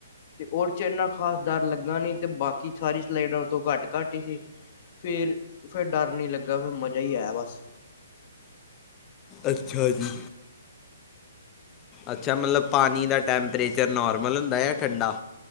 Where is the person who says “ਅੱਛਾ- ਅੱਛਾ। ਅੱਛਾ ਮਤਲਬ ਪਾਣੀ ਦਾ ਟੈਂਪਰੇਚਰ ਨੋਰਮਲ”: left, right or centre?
Left